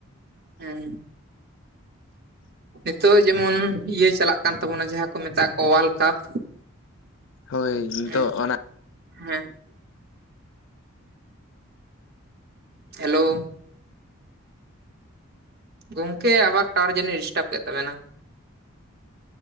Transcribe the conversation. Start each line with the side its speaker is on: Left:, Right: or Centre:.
Right: ᱦᱮᱸ ᱦᱮᱸ ᱱᱤᱛᱚᱜ ᱡᱮᱢᱚᱱ ᱤᱭᱟᱹ ᱪᱟᱞᱟᱜ ᱠᱟᱱ ᱛᱟᱵᱚᱱᱟ ᱡᱟᱦᱟᱸ ᱠᱚ ᱢᱮᱛᱟᱜ ᱠᱚ ᱚᱣᱟᱨᱞᱰ ᱠᱟᱯ᱾
Left: ᱦᱳᱭ ᱱᱤᱛᱚᱜ
Right: ᱦᱮᱸ
Left: ᱚᱱᱟ
Right: ᱦᱮᱸ ᱦᱮᱞᱳ ᱜᱚᱝᱠᱮ ᱟᱵᱟᱨ ᱴᱟᱨ ᱡᱟᱹᱱᱤᱡ ᱰᱤᱥᱴᱟᱵ ᱠᱮᱫ ᱛᱟᱵᱮᱱᱟ?